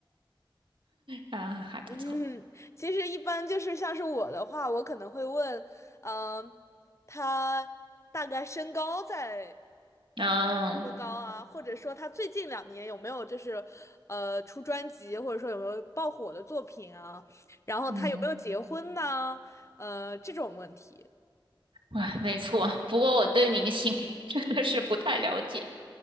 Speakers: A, on the right; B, on the left.
A: 啊，
B: <laughs>
A: 还不错。
B: 嗯，其实一般就是像是我的话，我可能会问，嗯、他大概身高在
A: 嗯
B: 多高啊？或者说他最近两年有没有就是呃出专辑，或者说有没有爆火的作品啊？然后他有没有结婚呢？
A: 嗯，
B: 呃，这种问题
A: 哇，没错。不过我对明星 <laughs> 真的是不太了解。